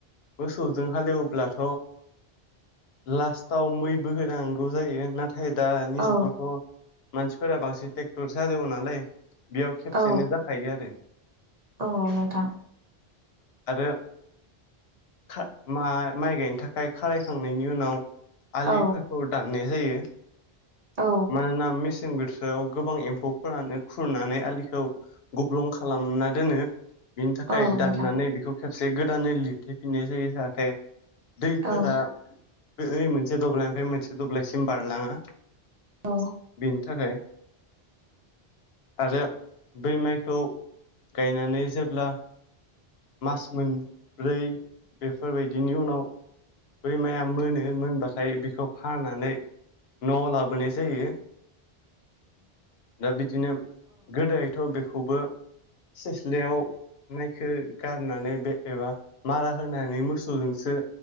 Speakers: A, on the left; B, on the right.
A: मोसौजों हालेवब्लाथ' लास्टाव मैबो होनां गौ जायो नाथाय दानि
B: औ
A: जुगावथ' मानसिफोरा बांसिन ट्रेक्टर जोंसो हालेवो नालाय। बेयाव खेबसेनो
B: औ
A: जाखायो आरो।
B: औ नोंथां।
A: आरो खा मा माइ गायनो थाखाय खारायखांनायनि उनाव आलिफोरखौ
B: औ
A: दाननाय जायो
B: औ
A: मानोना मेस सें बोथोराव गोबां एम्फौफोरानो खुरनानै आलिखौ गब्लं खालामना दोनो। बिनि थाखाय
B: औ नोंथां औ नोंथां
A: दाननानै बेखौ खेबसे गोदानै लिरथेफिननाय जायो जाहाथे दैफोरा
B: औ
A: ओइ मोनसे दब्लायनिफ्राय मोनसे दब्लायसिम बारलाङा।
B: औ।
A: बेनि थाखाय आरो बै माइखौ गायनानै जेब्ला मास मोनब्रै बेफोरबायदिनि उनाव बै माया मोनो मोनबाथाय बेखौ हानानै न'आव लाबोनाय जायो। दा बिदिनो गोदोहायथ' बे खौबो सेस्लायाव मायखो गारनानै बे एबा मारा होनानै मोसौजोंसो